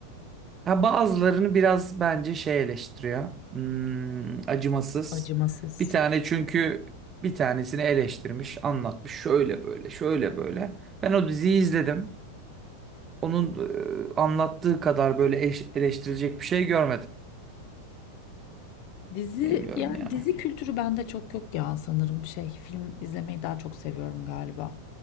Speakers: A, on the right; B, on the left.
A: Ha bazılarını biraz bence şey eleştiriyor. Hmm, acımasız.
B: Acımasız.
A: Bir tane çünkü bir tanesini eleştirmiş, anlatmış şöyle böyle, şöyle böyle. Ben o diziyi izledim. Onun e, anlattığı kadar böyle eş- eleştirilecek bir şey görmedim.
B: Dizi
A: Bilmiyorum
B: yani
A: ya.
B: dizi kültürü bende çok yok ya sanırım şey film izlemeyi daha çok seviyorum galiba.